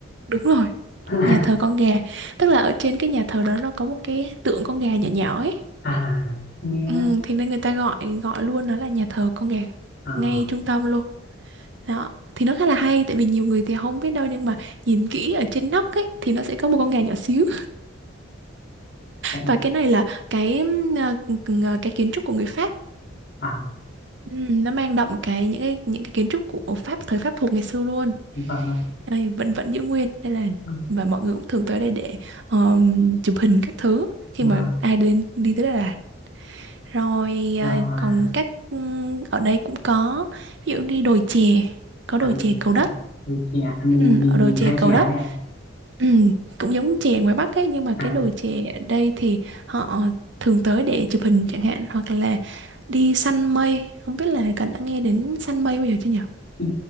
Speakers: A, on the right; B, on the left.
A: đúng rồi
B: <laughs>
A: nhà thờ con gà tức là ở trên cái nhà thờ đó nó có một cái tượng con gà nhỏ nhỏ ấy
B: à nghe
A: ừ, thì nên người ta gọi gọi luôn nó là nhà thờ con gà
B: à,
A: ngay trung tâm luôn đó thì nó khá là hay tại vì nhiều người thì không biết đâu nhưng mà nhìn kỹ ở trên nóc ấy thì nó sẽ có một con gà nhỏ xíu
B: cũng-
A: và cái này là cái ừm, à, cái kiến trúc của người Pháp
B: à
A: Ừ, nó mang đậm cái những cái những cái kiến trúc của Pháp thời Pháp thuộc ngày xưa luôn
B: vâng ạ.
A: đây vẫn vẫn giữ nguyên đây là
B: Ừ,
A: và mọi người cũng thường tới đây để um, chụp hình các thứ khi
B: mà
A: mà ai đến đi tới Đà Lạt rồi
B: rồi
A: à, còn
B: à,
A: các ừm, ở đây cũng có ví dụ đi đồi chè có đồi
B: à, mình
A: chè Cầu
B: trẻ
A: Đất
B: mình trẻ à, mình
A: Ừm,
B: mình
A: ở đồi chè
B: hai
A: Cầu
B: trẻ ấy
A: Đất
B: à
A: ừm, cũng giống chè ngoài Bắc ấy nhưng mà
B: à
A: cái đồi chè ở đây thì họ thường tới để chụp hình chẳng hạn hoặc là đi săn mây không biết là Cần đã nghe đến săn mây bao giờ chưa nhỉ?
B: Ừ,